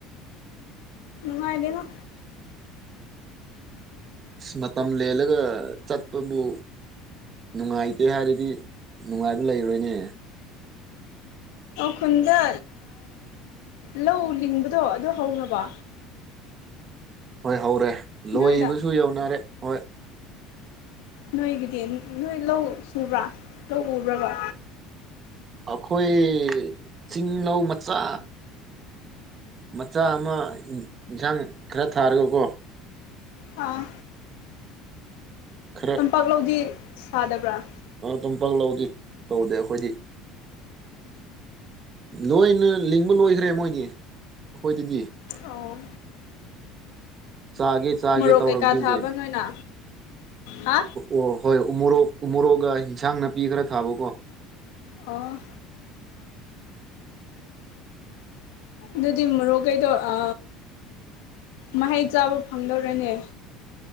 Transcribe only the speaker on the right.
ꯑ ꯃꯇꯝ ꯂꯦꯜꯂꯒ ꯆꯠꯄꯕꯨ ꯅꯨꯡꯉꯥꯏꯇꯦ ꯍꯥꯏꯔꯗꯤ ꯅꯨꯡꯉꯥꯏꯕ ꯂꯩꯔꯣꯏꯅꯦ
ꯍꯣꯏ ꯍꯧꯔꯦ ꯂꯣꯏꯕꯁꯨ
ꯌꯧꯅꯔꯦ ꯍꯣꯏ
ꯑꯩꯈꯣꯏ ꯆꯤꯡꯂꯧ ꯃꯆꯥ ꯃꯆꯥ ꯑꯃ ꯌꯦꯟꯁꯥꯡ ꯈꯔ ꯊꯥꯔꯒꯀꯣ
ꯈꯔ
ꯇꯥꯝꯄꯛ ꯂꯧꯗꯤ ꯇꯧꯗꯦ ꯑꯩꯈꯣꯏꯗꯤ ꯂꯣꯏꯅ ꯂꯤꯡꯕ ꯂꯣꯏꯈ꯭ꯔꯦ ꯃꯣꯏꯗꯤ ꯑꯩꯈꯣꯏꯗꯗꯤ
ꯆꯥꯒꯦ ꯆꯥꯒꯦ
ꯇꯧꯔꯕꯅꯤ
ꯍꯧꯖꯤꯛ
ꯑꯣ ꯍꯣꯏ ꯎꯃꯣꯔꯣꯛ ꯎꯃꯣꯔꯣꯛꯒ ꯏꯟꯁꯥꯡ ꯅꯥꯄꯤ ꯈꯔ ꯊꯥꯕꯀꯣ